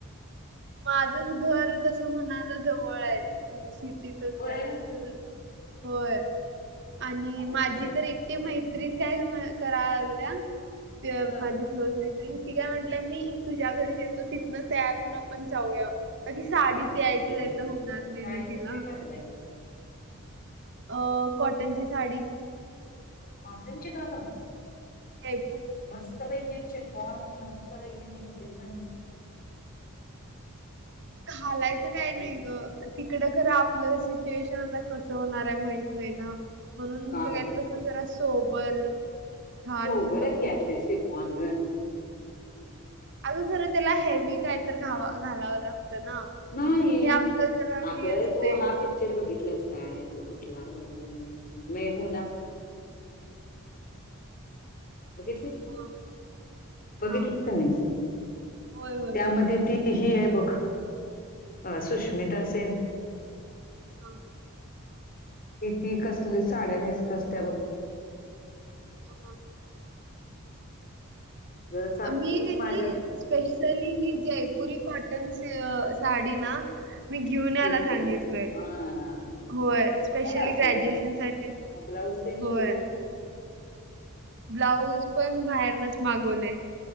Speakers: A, on the right; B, on the left.
A: माझंच घर तस म्हणाला जवळ आहेजे सिटीचच आहे
B: होय
A: त्यांच ज होय आणि
B: आउट
A: माझी
B: साईड
A: तर
B: ला
A: एकटी
B: असतात.
A: माहिती काय करागल्या ते
B: हा
A: माझी क्लोज नेबरिंग ती काय म्हटलं मी तुझ्या घरीच येतो तिथनं तयार होन आपण जाऊया का की साडीत
B: चालतय
A: यायचं
B: की
A: जायचं
B: बाई
A: होणार नाही
B: साडी
A: ना तिला
B: कुठली ठरवलंय
A: अ कॉटनची साडी
B: हो त्यांची काजं
A: ह
B: मस्त प फॉम मस्त
A: खालायचं
B: एकदम
A: काय
B: अशी
A: नाही ग तिकड खर आपलं सिच्युएशन आता कस होणार आहे माहत नाही ना म्हणून
B: का
A: काही
B: ग
A: जरा सोबर छानपैकी
B: सोभरच क्या कसे पवान घर
A: अगून खरं त्याला हेवी काय तर घा घालावं लागतं ना
B: नाही
A: हे आपलं जरा
B: अग
A: हे असते
B: तू हा पित ्चर बघितलंस काय तो कुठला बरोबर मेहू ना बघितलेस
A: हा
B: बघितलेस
A: हा
B: का नाहीस
A: होय होय
B: त्यामध्ये
A: बघितलं की
B: ती ही आहे बघ अ सुष्मिता सेन
A: हम
B: किती कसल्या साड्या नेयसत असत्या बघ
A: ह ह
B: जरा सा
A: मी
B: तूच
A: क
B: माझ्याच
A: स्पेशली ही जयपुरी कॉटन साडी ना मी घेऊन
B: घेतल्यास
A: आला सांगितलय
B: हा
A: होय स्पेशली
B: मग असू
A: ग्रॅज्युएशन
B: दे बाई
A: साठी
B: मग ब्लाऊज ते
A: होय
B: शिवलाच
A: ब्लाऊज पण बाहेरनच मागवले